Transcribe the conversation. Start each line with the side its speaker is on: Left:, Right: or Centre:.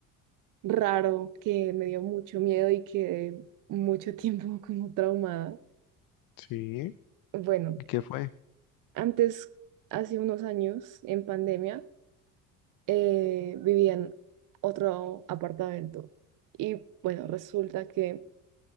Right: raro que me dio mucho miedo y quedé mucho tiempo <laughs> como traumada.
Left: Sí,
Right: Bueno,
Left: ¿qué fue?
Right: antes, hace unos años, en pandemia, eh, vivía en otro apartamento. Y bueno, resulta que,